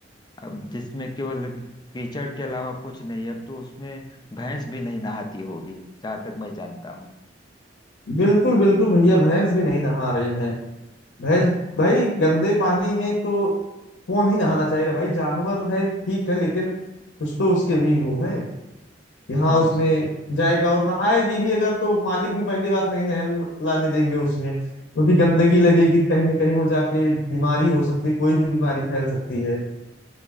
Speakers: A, on the left; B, on the left.
A: अब जिसमें केवल कीचड़ के अलावा कुछ नहीं है अब तो उसमें भैंस भी नहीं नहाती होगी जहां तक मैं जानता हूँ
B: बिल्कुल बिल्कुल भैया भैंस भी नहीं नहा रही है भैंस भाई गंदे पानी में तो कौन ही नहाना चाहेगा भाई जानवर है ठीक है लेकिन कुछ तो उसके भी वो है कि
A: हाँ
B: हाँ उसमें
A: उस
B: जाएगा और नहाएगी भी अगर तो मालिक भी पहली बात नहीं नहल लाने देंगे उसमें क्योंकि गंदगी लगेगी कहीं ना कहीं वो जाके बीमारी हो सकती है कोई भी बीमारी फैल सकती है